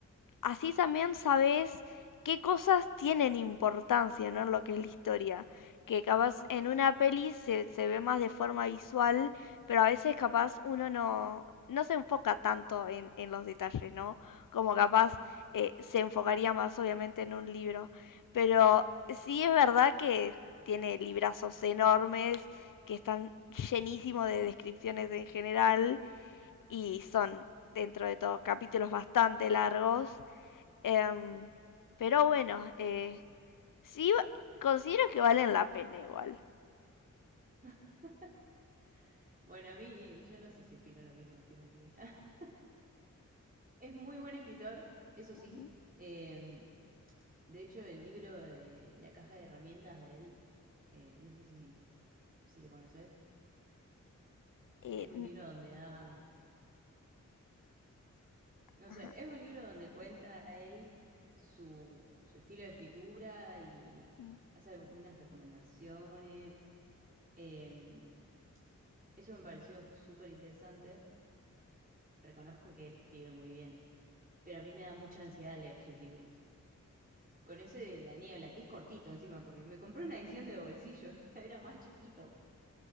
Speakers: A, on the left; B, on the right.
A: así también sabes qué cosas tienen importancia, ¿no? En lo que es la historia. Que capaz en una peli se, se ve más de forma visual, pero a veces capaz uno no, no se enfoca tanto en, en los detalles, ¿no? Como capaz eh, se enfocaría más obviamente en un libro. Pero sí es verdad que tiene librazos enormes, que están llenísimos de descripciones en general y son dentro de todo capítulos bastante largos Em, pero bueno, eh, sí, va- considero que valen la pena igual.
B: <laughs> Bueno, a mí, yo no sé si opino lo mismo de Stephen King. <laughs> Es muy buen escritor, eso sí.
A: Ujú.
B: Eh, de hecho, el libro de La caja de herramientas de él, eh, no sé si, si lo conoces,
A: Eh,
B: es un
A: n-
B: libro donde da, no sé,
A: ajá,
B: es un libro donde cuenta él su, su estilo de escritura y
A: mm,
B: hace algunas recomendaciones. Eh, eso me pareció súper interesante. Reconozco que él escribe muy bien, pero a mí me da mucha ansiedad leer sus libros. con ese de la niebla, que es cortito encima, porque me compré una edición de bolsillo, <laughs> o sea, era más chiquito.